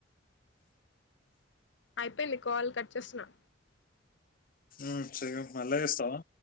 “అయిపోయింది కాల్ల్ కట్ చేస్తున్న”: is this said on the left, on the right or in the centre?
Left